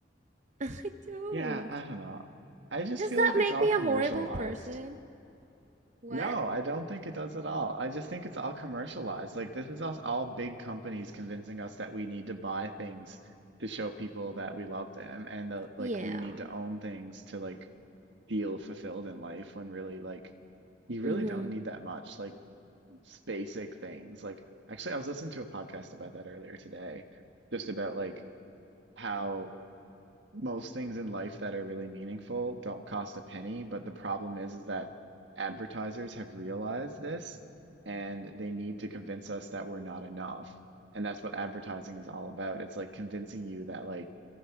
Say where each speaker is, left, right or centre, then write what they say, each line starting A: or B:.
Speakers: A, on the right; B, on the right.
A: <laughs> I don't.
B: yeah, I don't know. I just
A: Does
B: feel
A: that
B: like
A: make
B: it's all
A: me
B: commercialized.
A: a horrible person? What?
B: No, I don't think it does at all. I just think it's all commercialized. Like this is us all big companies convincing us that we need to buy things to show people that we love them and that like
A: Yeah.
B: we need to own things to like feel fulfilled in life when really like you really
A: Mm-hmm.
B: don't need that much. Like s- basic things. Like actually I was listening to a podcast about that earlier today, just about like how most things in life that are really meaningful don't cost a penny, but the problem is, is that advertisers have realized this and they need to convince us that we're not enough. And that's what advertising is all about. It's like convincing you that like